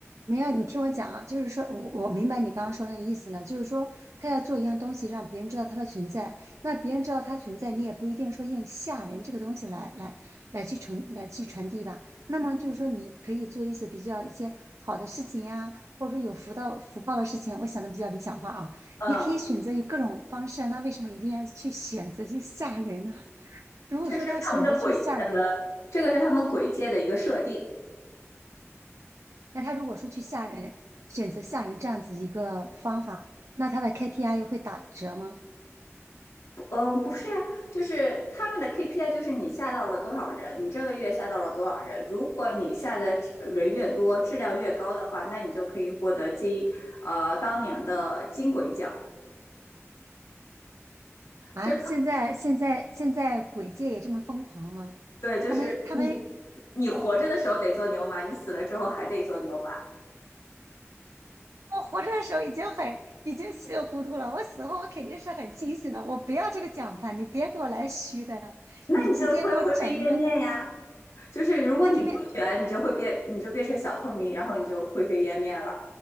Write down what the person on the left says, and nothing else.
嗯，
这是他们的轨，呃，这个是他们轨界的一个设定。
嗯，不是啊，就是他们的 KPI 就是你下到了多少人，你这个月下到了多少人。如果你下的人越多，质量越高的话，那你就可以获得金呃当年的金轨奖。
这
对，就是你
你活着的时候得做牛马，你死了之后还得做牛马，
那你就会灰飞烟灭呀。
就是如果你不卷，
你就会变，你就变成小透明，然后你就灰飞烟灭了。